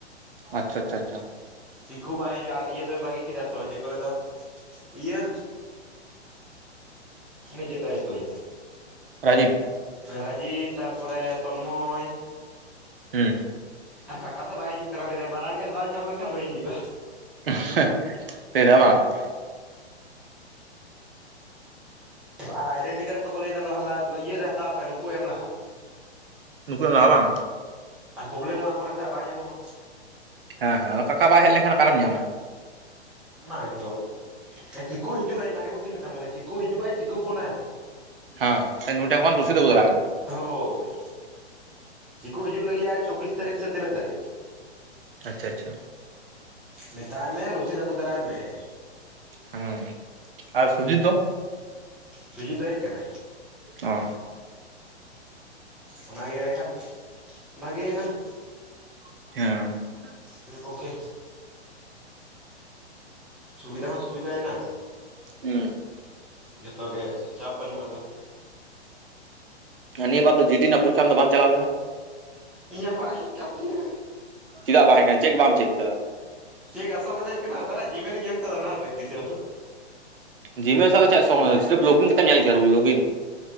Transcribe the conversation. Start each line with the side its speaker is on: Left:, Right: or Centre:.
Right: ᱟᱪᱪᱷᱟ ᱟᱪᱪᱷᱟ ᱟᱪᱪᱷᱟ ᱾
Centre: ᱪᱤᱠᱩ ᱵᱟᱭ ᱦᱩᱡᱩᱜᱼᱟ ᱟᱨ ᱤᱭᱟᱹ ᱫᱚᱭ ᱵᱟᱹᱜᱤ ᱠᱮᱫᱟ ᱛᱚ ᱪᱮᱫ ᱠᱚ ᱞᱟᱹᱭ ᱫᱚ ᱤᱭᱟᱹ ᱩᱱᱤ ᱪᱮᱜᱛᱟᱭ ᱧᱩᱛᱩᱢ?
Right: ᱨᱟᱡᱤᱯ,
Centre: ᱨᱟᱡᱤᱯ ᱛᱟᱨ ᱯᱚᱨ ᱛᱚᱱᱢᱚᱭ,
Right: ᱦᱮᱸ ᱾
Centre: ᱟᱨ ᱠᱟᱠᱟ ᱛᱚ ᱵᱟᱭ ᱦᱤᱡᱩᱜ ᱠᱟᱱᱟ ᱞᱟᱹᱭᱟ ᱢᱟᱨᱟᱝ ᱜᱮᱥ ᱵᱟᱝ ᱧᱟᱢ ᱞᱮᱱᱠᱷᱟᱱ ᱵᱟᱹᱧ ᱦᱤᱡᱩᱜᱼᱟ᱾
Right: <unintelligible> ᱞᱟᱹᱭ ᱫᱟᱭ ᱵᱟᱝ ᱾
Centre: ᱦᱮᱸ ᱟᱨ ᱟᱡ ᱰᱮᱱᱴᱤ ᱠᱟᱲ ᱛᱮᱠᱚ ᱞᱟᱹᱭ ᱫᱟ ᱞᱟᱦᱟ ᱞᱟᱦᱟ ᱤᱭᱟᱹᱨᱮ ᱦᱟᱛᱟᱣ ᱯᱮ ᱱᱩᱠᱩ ᱮᱢ ᱞᱟᱦᱟ᱾
Right: ᱱᱩᱠᱩ ᱞᱟᱦᱟ ᱵᱟᱝ?
Centre: ᱟᱨ ᱯᱨᱚᱵᱞᱮᱢ ᱦᱟᱸᱜ ᱯᱚᱨᱮ ᱛᱮ ᱦᱟᱸᱜ ᱵᱟᱝ ᱧᱟᱢᱚᱜᱼᱟ᱾
Right: ᱦᱮᱸ ᱦᱮᱸ, ᱟᱫᱚ ᱠᱟᱠᱟ ᱵᱟᱭ ᱦᱮᱜ ᱞᱮᱠᱷᱟᱱ ᱚᱠᱟᱨᱮᱢ ᱧᱟᱢᱟ?
Centre: ᱚᱱᱟ ᱜᱮᱛᱚ ᱪᱤᱠᱩ ᱦᱤᱡᱩᱜᱼᱟᱭ ᱤᱧ ᱵᱷᱟᱜᱮ ᱵᱩᱫᱫᱷᱚᱧ ᱢᱮᱛᱟᱢ ᱠᱟᱱᱟ ᱪᱤᱠᱩ ᱦᱤᱡᱩᱜᱼᱟᱭ ᱪᱤᱠᱩ ᱯᱷᱳᱱᱟᱭ ᱢᱮ ᱾
Right: ᱦᱟ ᱱᱩᱭ ᱴᱷᱮᱱ ᱠᱚᱱ ᱨᱚᱥᱤᱫ ᱟᱹᱜᱩ ᱫᱟᱨᱟᱭ ᱢᱮ ᱾
Centre: ᱦᱳᱭ ᱪᱤᱠᱩ ᱦᱤᱡᱩᱜ ᱞᱟᱹᱜᱤᱜᱼᱟᱭ, ᱪᱚᱵᱵᱤᱥ ᱛᱟᱹᱨᱤᱠᱷ ᱥᱮ ᱛᱤᱱᱟᱹᱜ ᱛᱟᱹᱨᱤᱠᱷ?
Right: ᱟᱪᱪᱷᱟ ᱟᱪᱪᱷᱟ ᱾
Centre: ᱢᱮᱛᱟᱭ ᱢᱮ ᱨᱚᱥᱤᱫ ᱟᱹᱜᱩ ᱫᱟᱨᱟᱭ ᱢᱮ ᱾
Right: ᱦᱮᱸ ᱟᱨ ᱥᱩᱡᱤᱛ ᱫᱚ?
Centre: ᱥᱩᱡᱤᱛ ᱫᱚᱭ ᱦᱮᱡ ᱠᱟᱱᱟᱭ ᱾
Right: ᱚ ᱾
Centre: ᱚᱱᱟᱜᱮ ᱮᱸᱲᱮ ᱠᱷᱟᱱ ᱵᱷᱟᱜᱮ ᱭᱮᱱᱟ ᱾
Right: ᱦᱮᱸ ᱾
Centre: ᱢᱤᱜ ᱯᱚᱠᱠᱷᱮ ᱥᱩᱵᱤᱫᱷᱟ ᱦᱚᱸ ᱥᱩᱵᱤᱫᱷᱟᱭ ᱱᱟ ᱾
Right: ᱦᱩᱸ ᱾
Centre: ᱡᱚᱛᱚ ᱜᱮ ᱪᱟᱯ ᱵᱟᱹᱱᱩᱜᱼᱟ ᱟᱫᱚ ᱾
Right: ᱟᱨ ᱱᱤᱭᱟᱹ ᱵᱟᱨ ᱫᱚ ᱡᱤᱰᱤ ᱨᱮᱱᱟᱜ ᱯᱚᱨᱤᱠᱠᱷᱟ ᱮᱢ ᱫᱚ ᱵᱟᱢ ᱪᱟᱞᱟᱣ ᱞᱮᱱᱟ?
Centre: ᱤᱧᱟᱹᱜ ᱵᱟᱝ ᱦᱮᱡ ᱠᱟᱱ ᱛᱤᱧᱟ ᱾
Right: ᱪᱮᱫᱟᱜ ᱵᱟᱝ ᱦᱮᱡ ᱠᱟᱱᱟ ᱪᱮᱠ ᱵᱟᱢ ᱪᱮᱠ ᱠᱟᱫᱟ ᱾
Centre: ᱪᱮᱫ ᱟᱥᱚᱞ ᱠᱟᱛᱷᱟ ᱦᱩᱭᱩᱜ ᱠᱟᱱᱟ ᱚᱠᱟᱴᱟᱜ ᱡᱤᱢᱮᱞ ᱤᱧ ᱮᱢ ᱠᱟᱫᱟ ᱚᱱᱟᱦᱚ ᱵᱟᱹᱧ ᱫᱤᱥᱟᱹ
Right: ᱡᱤᱢᱮᱞ ᱥᱟᱞᱟᱜ ᱪᱮᱜ ᱥᱚᱝ ᱥᱨᱤᱯ ᱞᱚᱜᱤᱱ ᱠᱟᱛᱮᱢ ᱧᱮᱞ ᱠᱮᱭᱟ ᱞᱚᱜᱤᱱ ᱾